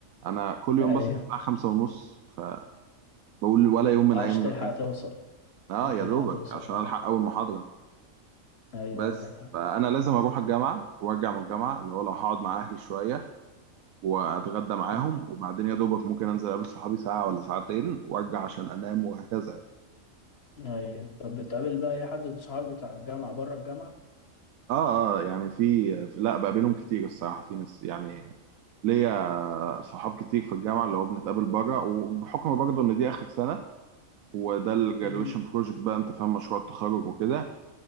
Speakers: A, on the right (about 80°); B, on the left (about 55°).
A: انا كل يوم
B: ايوه
A: بصحى الساعه 5 ونص فبقول ولا يوم من
B: آه،
A: ايام
B: عشان تلحق
A: المدرسه
B: توصل
A: اه
B: عشان
A: يا
B: تلحق
A: دوبك
B: توصل
A: عشان
B: طبعا
A: الحق اول محاضره
B: ايوه
A: بس
B: عندك حق
A: فانا لازم اروح الجامعه وارجع من الجامعه اللي هو لو هقعد مع اهلي شويه واتغدى معاهم
B: امم
A: وبعدين يا دوبك ممكن انزل اقابل صحابي ساعه ولا ساعتين وارجع عشان انام وهكذا
B: ايوه طب بتقابل بقى اي حد من صحابك بتاع الجامعة بره الجامعة
A: اه اه يعني في, في لا بقابلهم كتير الصراحة في ناس يعني ليا صحاب كتير في الجامعة اللي هو بنتقابل بره وبحكم برضه ان دي اخر سنة وده الجرادويشن
B: امم
A: بروجكت بقى انت فاهم مشروع التخرج وكده